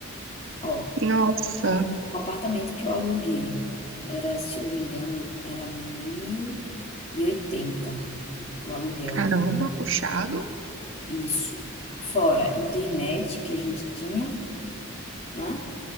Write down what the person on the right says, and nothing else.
Nossa,
caramba, puxado.